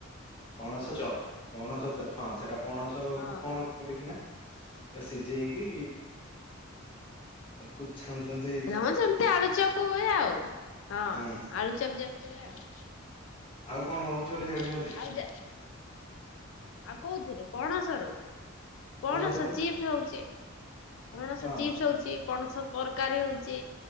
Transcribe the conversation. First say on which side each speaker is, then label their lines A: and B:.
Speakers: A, on the left (about 25°); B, on the left (about 65°).
A: ପଣସ ଚପ ପଣସ ଚପ ହଁ ସେଟା ପଣସ
B: ହଁ।
A: କୁ କଣ କରିକିନା ସିଝେଇକି ତାକୁ ଛାଣୁଚନ୍ତି
B: ହଁ ସେମିତି ଆଳୁଚପ ହୁଏ ଆଉ ହଁ
A: ହୁଁ ହୁଁ
B: ଆଳୁଚପ ଯେମିତି ହୁଏ ଆଉ
A: ଆଉ କଣ ହୋଉଚି
B: ହଁ
A: ବୋଲି ଜାଣିଚନ୍ତି
B: ଆଉ ଯେ ଆଉ କୋଉଥିରେ ପଣସରୁ ପଣସ
A: ପଣସରୁ
B: ଚିପ୍ସ ହଉଛି ପଣସ
A: ହଁ
B: ଚିପ୍ସ
A: ହଁ
B: ହଉଛି ପଣସ ତରକାରୀ ହଉଚି